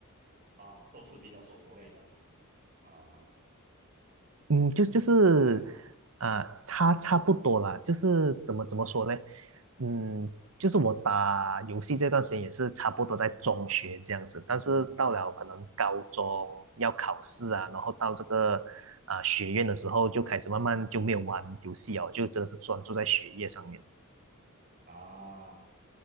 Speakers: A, on the right; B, on the right.
A: 啊，都是比较手游类的了啊，
B: 嗯，就就是
A: 是这样子
B: 呃，差差不多啦，就是怎么怎么说呢？嗯，就是我打游戏这段时间也是差不多在中学这样子，但是到了可能高中要考试啊，然后到这个啊、学院的时候，就开始慢慢就没有玩游戏哦，就真的是专注在学业上面。
A: 啊。